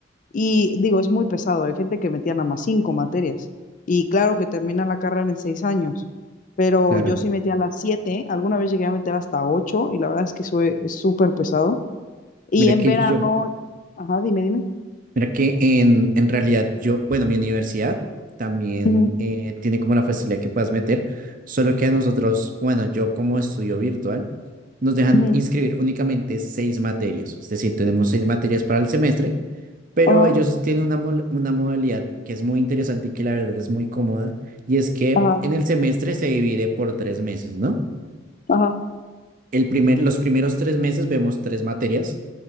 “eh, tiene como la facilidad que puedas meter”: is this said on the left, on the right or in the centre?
Right